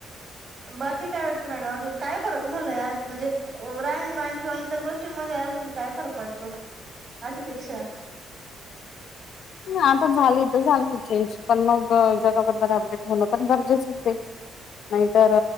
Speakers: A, on the right; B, on the left.
A: बाकी काय वाटतं मॅडम? अजून काय फरक झालाय आज? म्हणजे राहणीमान किंवा इतर गोष्टींमध्ये अजून काय फरक वाटतो? आधीपेक्षा
B: हा आता झाली तर झाली चेंज पण मग जगाबद्दल अपडेट होणं पण गरजेचंच आहे. नाहीतर